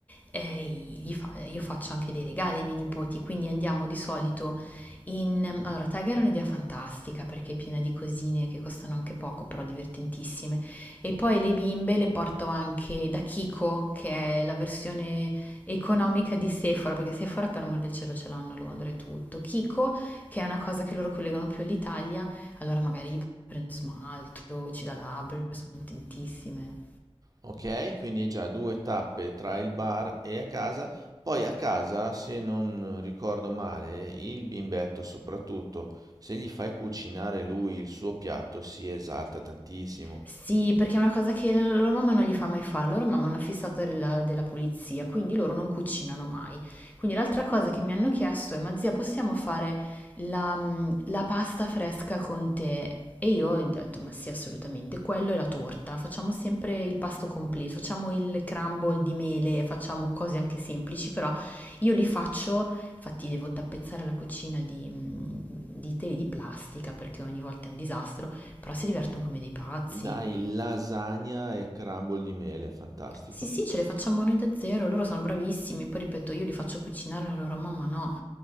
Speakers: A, on the left; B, on the right.
A: eh, gli fa- io faccio anche dei regali ai miei nipoti, quindi andiamo di solito in... Allora, Tiger è un'idea fantastica perché è piena di cosine che costano anche poco, però divertentissime. E poi le bimbe le porto anche da Kiko, che è la versione economica di Sephora, perché Sephora per amor del cielo ce l'hanno a Londra e tutto. Kiko, che è una cosa che loro collegano più all'Italia, allora magari gli prendo smalto, ci da labbra, sono contentissime.
B: Ok, quindi hai già due tappe tra il bar e a casa. Poi a casa, se non ricordo male, il bimbetto soprattutto, se gli fai cucinare lui il suo piatto, si esalta tantissimo.
A: Sì, perché è una cosa che la loro mamma non gli fa mai fare, la loro mamma è una fissata della, della pulizia, quindi loro non cucinano mai. Quindi l'altra cosa che mi hanno chiesto è, ma zia, possiamo fare la, mm, la pasta fresca con te? E io ho detto, ma sì, assolutamente, quello è la torta, facciamo sempre il pasto completo, facciamo il crumble di mele, facciamo cose anche semplici, però io li faccio, infatti devo tappezzare la cucina di, mm, di tele di plastica perché ogni volta è un disastro, però si divertono come dei pazzi.
B: Dai lasagna e crumble di mele, fantastico.
A: Sì, sì, ce le facciamo noi da zero, loro sono bravissimi, poi ripeto, io li faccio cucinare, la loro mamma no.